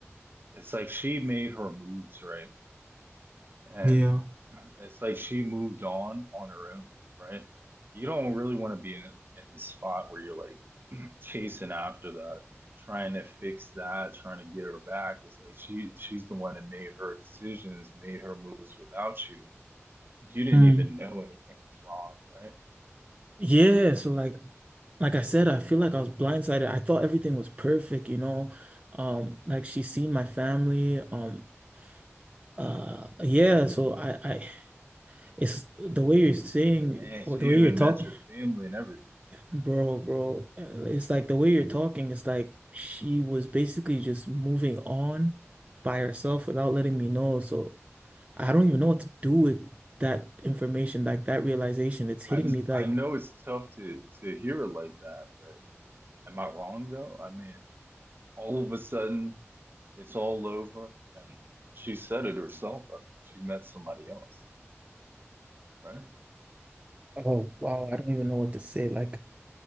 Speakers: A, on the right; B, on the right.
A: it's like she made her moves, right? and
B: Yeah.
A: uh, it's like she moved on on her own, right? You don't really want to be in in the spot where you're like <clears throat> chasing after that, trying to fix that, trying to get her back. It's like she she's the one that made her decisions, made her moves without you. You didn't
B: Mm.
A: even know anything was wrong, right?
B: Yeah, so like like I said, I feel like I was blindsided. I thought everything was perfect, you know. Um, like she's seen my family. Um, Uh, yeah, so I, I, it's the way you're saying
A: And
B: or
A: she
B: the way
A: even
B: you're talking,
A: met your family and everything.
B: bro, bro. uh, It's like the way you're talking, it's like she was basically just moving on by herself without letting me know. So I don't even know what to do with that information, like that realization. It's hitting
A: I
B: me like,
A: I know it's tough to to hear it like that, but am I wrong though? I mean, all of a sudden it's all over and she said it herself uh, she met somebody else right
B: oh, wow, I don't even know what to say. Like,